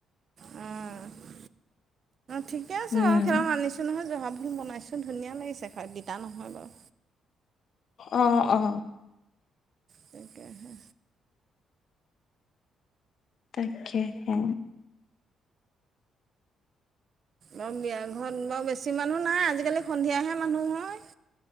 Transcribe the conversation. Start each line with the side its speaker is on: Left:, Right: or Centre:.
Right: অঁ ঠিকে আছে
Left: উম
Right: বাৰু সিদিনাখন আনিছোঁ নহয় জহা বনাইছোন ধুনীয়া লাগিছে খাই, বিটা নহয় বাৰু।
Left: অ', অ'।
Right: তাকেহে।
Left: তাকেহে।
Right: বাৰু বিয়া ঘৰত বাৰু বেছি মানুহ নাই, আজিকালি সন্ধিয়াহে মানুহ হয়।